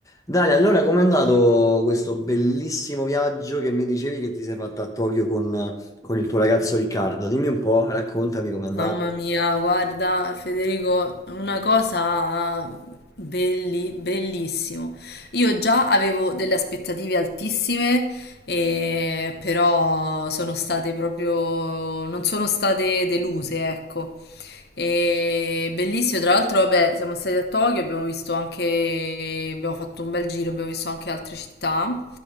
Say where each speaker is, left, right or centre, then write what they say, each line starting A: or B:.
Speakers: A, on the left; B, on the left.
A: Dale, allora com'è andato questo bellissimo viaggio che mi dicevi che ti sei fatto a Tokyo con, con il tuo ragazzo Riccardo? Dimmi un po', raccontami com'è andato.
B: Mamma mia, guarda Federico, una cosa belli- bellissimo. Io già avevo delle aspettative altissime, e- però sono state proprio, non sono state deluse, ecco. E bellissimo, tra l'altro, vabbè, siamo stati a Tokyo, abbiamo visto anche, abbiamo fatto un bel giro, abbiamo visto anche altre città.